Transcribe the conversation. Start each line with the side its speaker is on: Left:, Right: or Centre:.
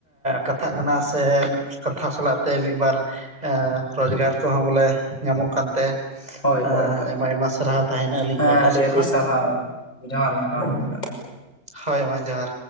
Right: ᱠᱟᱛᱷᱟᱜ ᱠᱟᱱᱟ ᱥᱮ ᱠᱟᱛᱷᱟ ᱥᱟᱞᱟᱜᱛᱮ ᱢᱤᱫ ᱵᱟᱨ ᱨᱳᱡᱽᱜᱟᱨ ᱠᱚᱦᱚᱸ ᱵᱚᱞᱮ ᱧᱟᱢᱚᱜ ᱠᱟᱱᱛᱮ
Left: ᱦᱳᱭ
Right: ᱮᱸ
Left: ᱦᱳᱭ ᱦᱳᱭ
Right: ᱟᱭᱢᱟ ᱟᱭᱢᱟ ᱥᱟᱨᱦᱟᱣ ᱛᱟᱦᱮᱱᱟ ᱟᱹᱞᱤᱧ
Left: ᱦᱮᱸ
Right: ᱯᱟᱦᱴᱟ
Left: ᱟᱹᱰᱤ
Right: ᱥᱮᱫ
Left: ᱟᱹᱰᱤ
Right: ᱠᱷᱚᱱ
Left: ᱥᱟᱨᱦᱟᱣ
Right: ᱾
Left: ᱡᱚᱦᱟᱨ ᱜᱮ ᱢᱟ
Right: ᱦᱳᱭ ᱢᱟ ᱡᱚᱦᱟᱨ